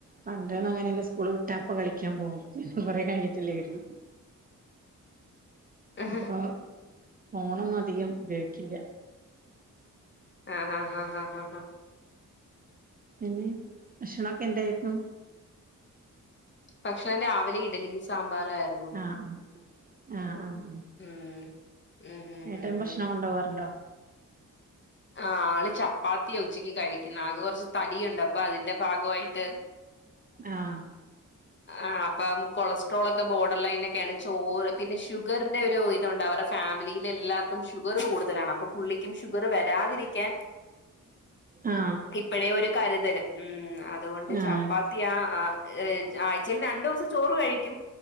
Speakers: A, on the right; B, on the left.
A: പണ്ട്ന്ന അങ്ങനല്ല സ്കൂള് വിട്ടാപ്പ കളിക്കാൻ പോവും കൊറെ കഴിഞ്ഞിട്ടില്ലെ വരുള്ളു
B: ആഹ്
A: അപ്പൊ ഫോണൊന്നും അധികം ഉപയോക്കില്ല
B: ആഹ് ഹാ ഹാ ഹാഹാഹ
A: പിന്നെ ഭക്ഷണൊക്കെ എന്തായിരുന്നു
B: പക്ഷെ രാവിലെ ഇഡലി സാമ്പാറായിയിരുന്നു
A: ആഹ് ആ ആഹ് ആ
B: ഉം ഉം ഉം ഉം
A: ഏട്ടൻ ഭക്ഷണം
B: ഉം.
A: കൊണ്ടപോവാറുണ്ടോ
B: ആഹ് ആള് ചപ്പാത്തിയ ഉച്ചക്ക് കഴിക്കുന്ന ആകെ കുറച്ച് തടിയുണ്ട് അപ്പൊ അതിന്റെ ഭാഗമായിട്ട്
A: ആഹ്
B: ആഹ് അപ്പം കൊളസ്ട്രോൾ ഒക്കെ ബോർഡർ ലൈനൊക്കെയാണ് ചോറ് പിന്നെ ഷുഗറിന്റെറെ ഒരു തോണ്ട് അവടെ ഫാമിലിയില എല്ലാവർക്കും ഷുഗർ കൂടുതലാണ് അപ്പൊ പുള്ളിക്കും ഷുഗർ വരാതിരിക്കാൻ
A: ആഹ്
B: ഇപ്പഴേ ഒരു കരുതലും ഉ അതുകൊണ്ട്
A: ആഹ്
B: ചപ്പാത്തി ആഹ് ആ ഏഹ് ആഴ്ചയിൽ രണ്ടു ദിവസം ചോറ് കഴിക്കും